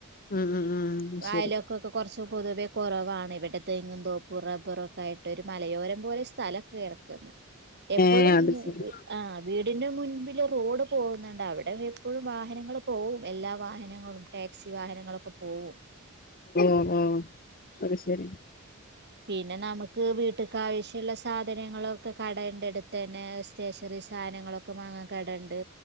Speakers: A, on the left (about 45°); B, on the right (about 55°).
A: ഉം ഉം ഉം അത്
B: വയലൊക്ക
A: ശരി
B: ഒക്കെ കൊറച്ച് പൊതുവെ കുറവാണ് ഇവിടെ തെങ്ങുംന്തോപ്പ് റബ്ബറൊക്കെയായിട്ട് ഒരു മലയോരം പോലെ സ്ഥലം കെടക്കും എപ്പോഴും
A: ഏഹ് അത് ശരി
B: ആ വീട് വീടിന്റെ മുൻപില് റോഡ് പോകുന്നുണ്ട് അവിടെ എപ്പോഴും വാഹനങ്ങൾ പോവും എല്ലാ വാഹനങ്ങളും ടാക്സി വാഹനങ്ങളൊക്കെ പോവും
A: ഓ ഓ അത് ശരി
B: പിന്നെ നമുക്ക് വീട്ടക്ക് ആവശ്യള്ള സാ സാധനങ്ങളൊക്കെ കടണ്ട് അടുത്ത് തന്നെ സ്റ്റേഷനറി സാധനങ്ങളൊക്കെ വാങ്ങാൻ കടയുണ്ട്